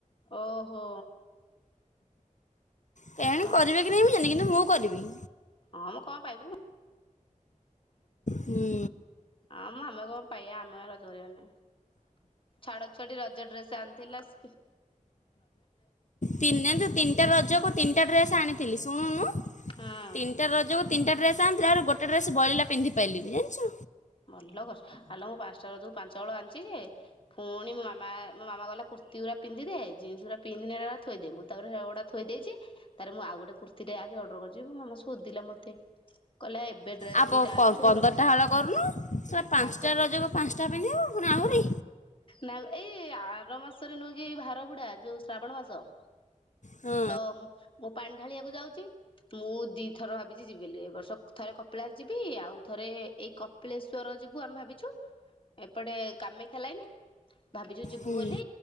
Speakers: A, on the left; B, on the left.
A: ଓହୋ।
B: କେଆଣି
A: ତ
B: କରିବେ କି ନାହିଁ ମୁଁ ଜାଣିନି କିନ୍ତୁ ମୁଁ କରିବି।
A: ହଁ ମ କଣ ପାଇବୁ।
B: ହୁଁ
A: ଆମ ଆମେ କଣ ପାଇବା ଆମେ ରଜ କରିବାନି, ଛାଡ ଛୁଆଟି ରଜ ଡ୍ରେସ୍ ଆଣିଥିଲା ସେ
B: ତିନ୍ ଜାଣିଛୁ, ତିନିଟା ରଜକୁ ତିନିଟା ଡ୍ରେସ୍ ଆଣିଥିଲି ଶୁଣୁନୁ
A: ହଁ
B: ତିନିଟା ରଜକୁ ତିନିଟା ଡ୍ରେସ୍ ଆଣିିଥିଲି, ଆହୁରି ଗୋଟେ ଡ୍ରେସ୍ ବଳିଲା, ପିନ୍ଧି ପାରିଲିନି ଜାଣିଛୁ।
A: ଭଲ କରିଛ। ଆଲୋ ମୁଁ ପାଞ୍ଚଟା ରଜକୁ ପାଞ୍ଚ ହଳ ଆଣିଛି ଯେ ପୁଣି ମୋ ମାମା, ମାମା କହିଲା କୁର୍ତି ରା ପିନ୍ଧିଦେ, ଜିନ୍ସ୍ ଗୁଡା ପିନ୍ଧିନି ସେରା ଥୋଇଦେ। ତାପରେ ସେଗୁଡ଼ା ଥୋଇଦେଇଛି। ତାରେ ମୁଁ ଆଉ ଗୋଟେ କୁର୍ତି ଟେ ଆଜି ଅଡର କରିଛି, ମୋ ମାମା ସୋଧୀଲା ମତେ। କହିଲା ଏବେ ଡ୍ରେସ୍
B: ଆଉ ପ-
A: ଦିଟା
B: ପ-
A: ଆଣିଛୁ,
B: ପନ୍ଦରଟା
A: ଆ ରଖ
B: ହଳ କରୁନୁ। ସେଟା ପାଞ୍ଚଟା
A: ପାଞ୍ଚ
B: ରଜକୁ ପାଞ୍ଚଟା ପିନ୍ଧିବୁ ଫୁଣି ଆହୁରି।
A: ନା ଏଇ ଆର ମାସରେ ନୁହେଁ କି ଭାର ବୁଡା ଯୋଉ ଶ୍ରାବଣ ମାସ?
B: ହଁ
A: ତ ମୁଁ ପାଣିଢାଳିଆକୁ ଯାଉଛି ମୁଁ ଦି ଥର ଭାବିଛି ଯିବି ବୋଲିି। ଏ ବର୍ଷ ଥରେ କପିଳାସ ଯିବି। ଆଉ ଥରେ ଏଇ କପିଳେଶ୍ଵର ଯିବୁ ଆମେ ଭାବିଛୁ, ଏପଟେ କାମେକ୍ଷା ଲାଇନି। ଭାବିଛୁ ଯିବୁ
B: ହୁଁ
A: ବୋଲି